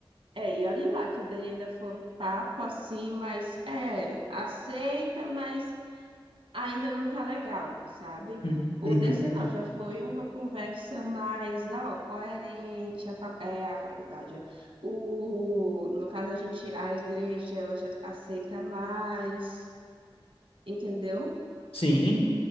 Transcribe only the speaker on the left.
Uhum.
Uhum.
Sim.